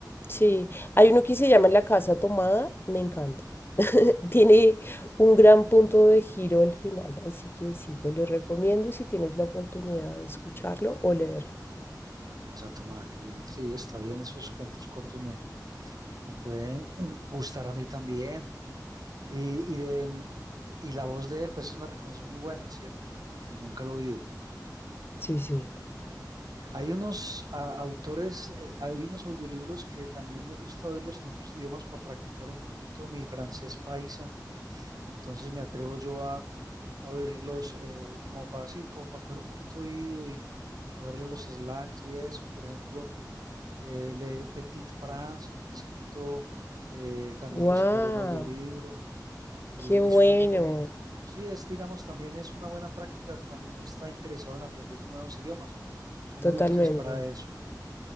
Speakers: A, on the left; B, on the right.
A: Sí, hay uno que se llama La Casa Tomada, me encanta. <laughs> Tiene un gran punto de giro al final, así que sí, te lo recomiendo si tienes la oportunidad de escucharlo o leerlo.
B: La casa tomada, qué bien. Sí, está bien, esos cuentos cortos me, me pueden <clears throat> mm, gustar a mí también. Y, y, de, y la voz de él, pues es una recomendación muy buena, ¿cierto? Porque nunca lo he oído.
A: Sí, sí.
B: Hay unos ah, autores, eh, hay unos audiolibros que también me gusta oírlos en otros idiomas para practicar un poquito mi francés paisa. Entonces me atrevo yo a, a oírlos eh, como para así, como para coger un poquito oído y, y cogerle los slangs y eso. Por ejemplo, eh, Le Petit Prince, El Principito, eh, también
A: ¡Wow!
B: los exploré en audiolibro y,
A: ¡Qué bueno!
B: y suena muy bonito. Sí, es, digamos, también es una buena práctica cuando uno está interesado en aprender nuevos idiomas. Son muy
A: Totalmente.
B: útiles para eso.